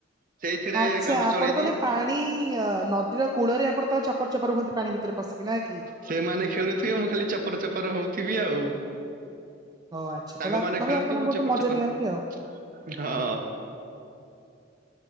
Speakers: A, on the right; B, on the right.
A: ସେଇଥିରେ
B: ଆଚ୍ଛା
A: କାମ
B: ଆପଣ
A: ଚଳେଇଦିଏ
B: ତାହେଲେ ପାଣି ନଦୀର କୂଳରେ ଆପ୍ ଆପଣ ତାହେଲେ ଚପର ଚପର ହୁଅନ୍ତି ପାଣି ଭିତରେ ପଶିକି ନା କି?
A: ସେମାନେ ଖେଳୁଥିବେ ମୁଁ ଖାଲି ଚପର ଚପର ହଉ ଥିବି ଆଉ
B: ହ ଆଚ୍ଛା
A: ସାଙ୍ଗମାନେ
B: ତାହେଲେ ତଥାପି
A: ଖେଳନ୍ତି
B: ଆପଣ
A: ମୁଁ
B: ବହୁତ
A: ଚପର
B: ମଜା
A: ଚପର
B: ନିଅନ୍ତି ଆଉ
A: ହଁ।